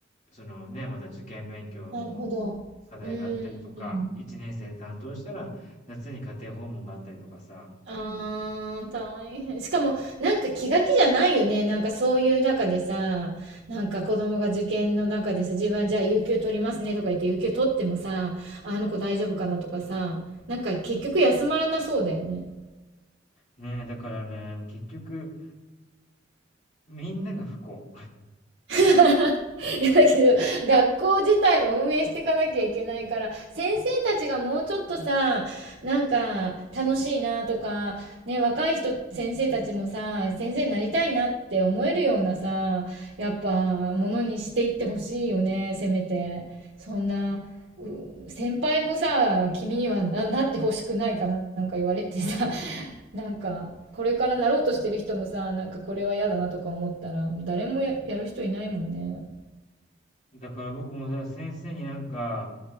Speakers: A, on the left; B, on the right.
A: そのね、また受験勉強の
B: なるほど。
A: 課題があったりとか、
B: うーん。
A: 1年生で担当したら、夏に家庭訪問があったりとかさ、
B: ああ、大変。しかも、なんか気が気じゃないよね。なんかそういう中でさ、なんか子供が受験の中でさ、自分はじゃあ有給取りますねとか言って、有給取ってもさ、あの子大丈夫かなとかさ、なんか結局休まらなそうだよね。
A: ねえ、だからね、結局、みんなが不幸。
B: <laughs> いやだけど学校自体も運営していかなきゃいけないから先生たちがもうちょっとさなんか楽しいなとかね若い人先生たちもさ先生になりたいなって思えるようなさやっぱものにしていってほしいよねせめてそんなう先輩もさ、君にはな、なってほしくないかな、なんか言われてさ、<laughs> なんか、これからなろうとしてる人もさ、なんかこれは嫌だなとか思ったら、誰もや、やる人いないもんね。
A: だから僕もさ、先生になんか、